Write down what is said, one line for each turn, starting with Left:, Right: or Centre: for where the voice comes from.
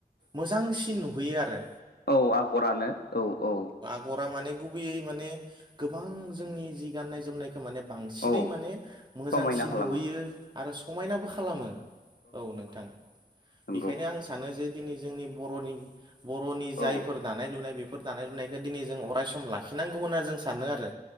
Right: मोजांसिन नुहैयो आरो
Left: औ आगरानो औ औ
Right: आगरा माने गुबैयै माने गोबां जोंनि जि गाननाय जोमनाय माने बांसिनै
Left: औ
Right: माने मोजांसिन
Left: समायना खालामो
Right: नुयो आरो समायनाबो खालामो औ नों थां
Left: नंगौ
Right: बेखायनो आं सानो जे दिनै जोंनि बर'नि जायफोर
Left: औ
Right: दानाय लुनाय बेफोर दानाय लुनायखौ दिनै जों अरायसम लाखिनांगौ होनना जों सानो आरो